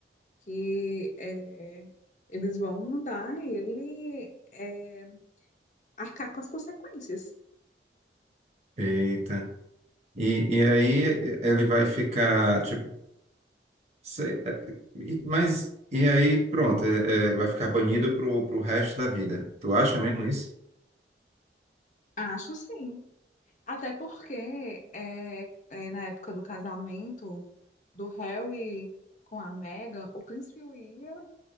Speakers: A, on the left; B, on the right.
A: Que é, eles vão mandar ele é, arcar com as consequências.
B: Eita. E, e aí eh, ele vai ficar, tipo, sei, eh, e- mas, e aí pronto, eh, eh, vai ficar banido pro, pro resto da vida. Tu acha mesmo isso?
A: Acho sim. Até porque é, é, na época do casamento do Harry com a Meghan, o príncipe William